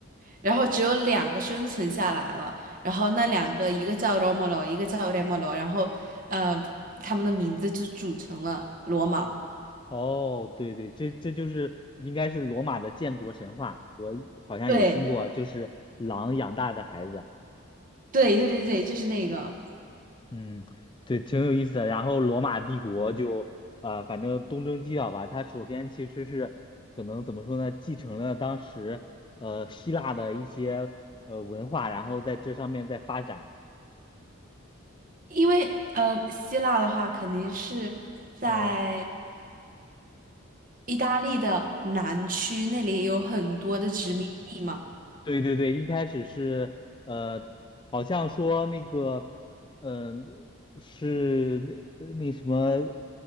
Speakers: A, on the right; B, on the left.
A: 然后只有两个生存下来了，然后那两个一个叫 Romolo，一个叫 Remolo，然后呃，他们的名字就组成了罗马。
B: 哦，对对，这这就是应该是罗马的建国神话，我好像也听过，
A: 对，
B: 就是狼养大的孩子。
A: 对，对，对，对，就是那个，
B: 嗯，对，挺有意思的。然后罗马帝国就呃，反正东征西讨吧，它首先其实是可能怎么说呢，继承了当时呃希腊的一些呃文化，然后在这上面再发展。
A: 因为呃，希腊的话肯定是在
B: 嗯、
A: 意大利的南区，那里有很多的殖民地嘛。
B: 对对对，一开始是呃，好像说那个，嗯、是那呃那什么，